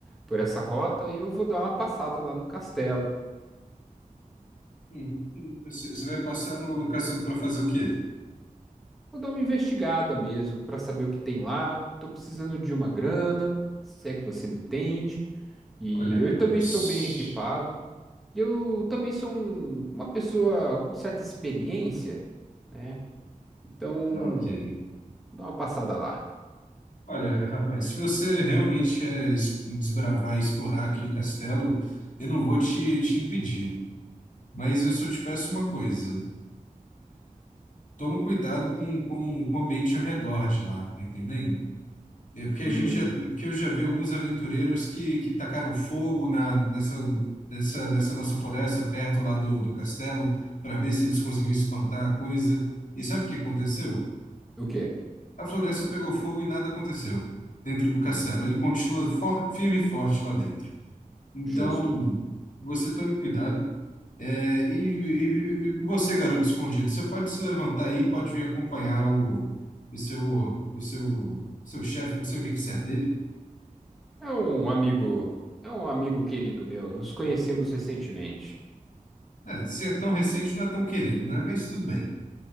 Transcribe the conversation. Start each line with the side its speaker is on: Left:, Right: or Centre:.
Centre: por essa rota e eu vou dar uma passada lá no castelo.
Left: Hum. Você você vai passar no, no caçando para fazer o quê?
Centre: Vou dar uma investigada mesmo para saber o que tem lá. Tô precisando de uma grana, se é que você me entende. E
Left: Olha,
Centre: eu
Left: rapaz.
Centre: também estou bem equipado. E eu também sou um- uma pessoa com certa experiência, né? Então,
Left: Ok.
Centre: dá uma passada lá.
Left: Olha, rapaz, se você realmente quer es- desbravar e explorar aquele castelo, eu não vou te, te impedir. Mas eu só te peço uma coisa. Toma cuidado com, com, com o ambiente ao redor de lá, tá entendendo? É porque a
Centre: Hum,
Left: gente já, porque eu já vi alguns aventureiros que, que tacaram fogo na, nessa, nessa, nessa nossa floresta perto lá do, do castelo para ver se eles conseguiam espantar a coisa. E sabe o que aconteceu?
Centre: O quê?
Left: A floresta pegou fogo e nada aconteceu dentro do castelo.
Centre: Hum,
Left: Ele continua for- firme e forte lá dentro. Então,
Centre: justo.
Left: você tome cuidado. É, e, e- e e você, garoto escondido, você pode se levantar aí, pode vir acompanhar o, o seu, o seu, seu chefe, não sei o que que você é dele.
Centre: É um amigo, é um amigo querido meu. Nos conhecemos recentemente.
Left: É, se é tão recente, não é tão querido, né? Mas tudo bem.